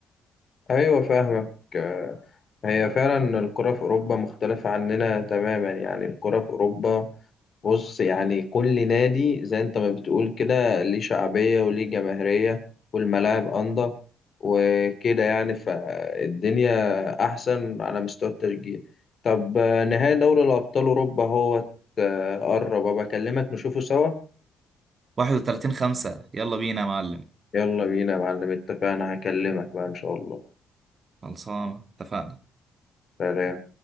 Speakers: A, on the left; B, on the right.
A: أيوة فاهمك آه، هي فعلا الكرة في أوروبا مختلفة عننا تماما يعني الكرة في أوروبا بص يعني كل نادي زي انت ما بتقول كده ليه شعبية وليه جماهيرية والملاعب أنضف وكده يعني فالدنيا أحسن على مستوى التشجيع طب آه، نهائي دوري الأبطال أوروبا هو آه، قرب أبقى أكلمك نشوفه سوا
B: 31 خمسة يلا بينا يا معلم
A: يلا بينا يا معلم اتفقنا هكلمك بقى إن شاء الله
B: خلصانة اتفقنا
A: سلام